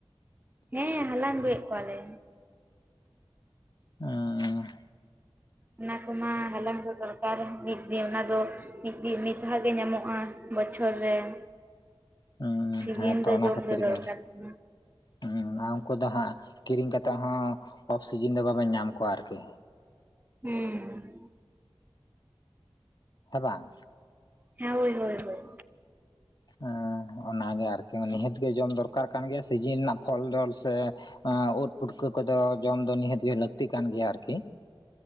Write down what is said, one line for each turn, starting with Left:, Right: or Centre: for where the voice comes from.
Right: ᱦᱮᱸ ᱦᱟᱞᱟᱝ ᱟᱹᱜᱩᱭᱮᱫ ᱠᱚᱣᱟᱞᱮ,
Left: ᱦᱮᱸᱻ
Right: ᱚᱱᱟ ᱠᱚᱢᱟ ᱦᱟᱞᱟᱝ ᱥᱚᱫᱚᱨ ᱟᱨ ᱢᱤᱫ ᱫᱤᱱ ᱚᱱᱟ ᱫᱚ ᱢᱤᱫ ᱫᱤᱱ ᱢᱤᱫ ᱫᱷᱟᱣ ᱜᱮ ᱧᱟᱢᱚᱜᱼᱟ ᱵᱚᱪᱷᱚᱨ ᱨᱮ, <unintelligible>
Left: ᱦᱩᱸ
Right: ᱥᱤᱡᱤᱱ
Left: ᱦᱮᱸᱛᱚ
Right: ᱫᱚ
Left: ᱚᱱᱟ
Right: ᱡᱚᱢ
Left: ᱠᱷᱟᱹᱛᱤᱨ
Right: ᱫᱚ ᱫᱚᱨᱠᱟᱨ
Left: ᱜᱮ
Right: ᱠᱟᱱᱟ
Left: ᱦᱩᱸ ᱟᱨ ᱩᱱᱠᱩ ᱫᱚ ᱦᱟᱸᱜ - ᱠᱤᱨᱤᱧ ᱠᱟᱛᱮᱫ ᱦᱚᱸ ᱚᱯᱷᱥᱤᱡᱤᱱ ᱫᱚ ᱵᱟᱵᱮᱱ ᱧᱟᱢ ᱠᱚᱣᱟ ᱟᱨᱠᱤ,
Right: ᱦᱩᱸ
Left: ᱦᱮᱸ ᱵᱟᱝ,
Right: ᱦᱮᱸ ᱦᱳᱭ ᱦᱳᱭ ᱦᱳᱭ,
Left: ᱦᱮᱸ ᱚᱱᱟᱜᱮ ᱟᱨᱠᱤ ᱱᱤᱦᱟᱹᱛ ᱜᱮ ᱡᱚᱢ ᱫᱚᱨᱠᱟᱨ ᱠᱟᱱ ᱜᱮᱭᱟ ᱥᱤᱡᱤᱱ ᱨᱮᱱᱟᱜ ᱯᱷᱚᱞ ᱰᱚᱞ ᱥᱮ, ᱳᱫ ᱯᱩᱴᱠᱟᱹ ᱠᱚᱫᱚ ᱡᱚᱢ ᱫᱚ ᱱᱤᱦᱟᱹᱛ ᱜᱮ ᱞᱟᱹᱠᱛᱤ ᱠᱟᱱ ᱜᱮᱭᱟ ᱟᱨᱠᱤ,